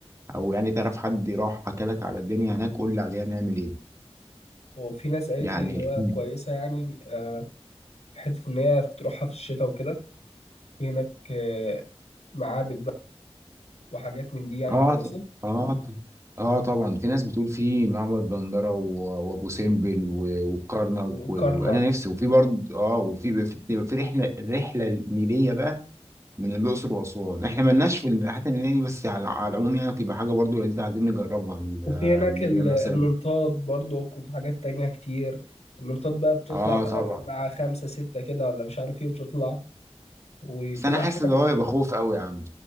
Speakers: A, on the right; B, on the left.
A: او يعني تعرف حد راح حكى لك على الدنيا هناك قول لي عليها نعمل ايه
B: وفي ناس قالت
A: يعني
B: لي اللي هو
A: مم.
B: كويسه يعني آه في حته ان هي تروحها في الشتاء وكده في هناك آه معابد بقى وحاجات من دي يعني
A: اه
B: كويسه
A: ط- اه ط- اه طبعا في ناس بتقول في معبد دندره و- وابو سمبل و- وكرنك
B: وكرنك
A: و- وانا نفسي وفي برضه اه وفي بيبقى في بيبقى في رحله رحله نيليه بقى من الاقصر واسوان احنا مالناش في الرحلات النيليه دي بس على على العموم يعني بتبقى حاجه برضه لذيذه عايزين نجربها ال-
B: وفي
A: آه،
B: هناك
A: اللي
B: ال-
A: هي مثلا
B: المنطاد برضك وفي حاجات تانية كتير المنطاد بقى بتطلع
A: اه
B: بقى
A: طبعا
B: مع خمسة ستة كده ولا مش عارف ايه وتطلع وبتبقى
A: بس انا حاسس
B: حاجة
A: ان هو
B: فعلا.
A: يبقى خوف قوي يا عم